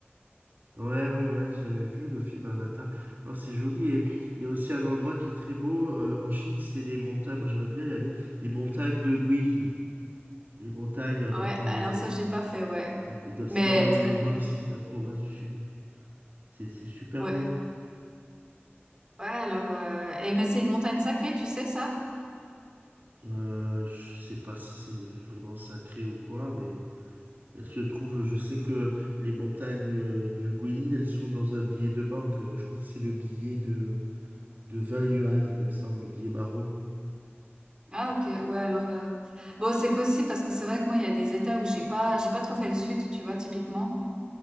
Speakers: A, on the right (about 45°); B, on the right (about 20°).
A: Ouais, ouais, ouais, j'avais vu le film Avatar. Oh, c'est joli. Et il y a aussi un endroit qui est très beau euh, en Chine, c'est les montagnes. Moi, j'aimerais bien y aller. Les montagnes de Guilin. Les montagnes avec.
B: Ah ouais,
A: euh,
B: alors ça, je l'ai pas fait, ouais.
A: dans- c'est
B: Mais
A: dans le,
B: très
A: le Guangxi, la province du Sud. C'est c'est super
B: ouais.
A: beau.
B: Ouais, alors, heu et mais c'est une montagne sacrée, tu sais ça?
A: Euh, je sais pas si c'est vraiment sacré ou quoi, mais elle se trouve, je sais que les montagnes euh, de Guilin, elles sont dans un billet de banque. Euh, Je crois que c'est le billet de, de 20 yuan, il me semble, le billet marron.
B: Ah OK, ouais alors, heu, bon c'est possible parce que c'est vrai que moi il y a des états où j'ai pas j'ai pas trop fait le sud, tu vois? Typiquement,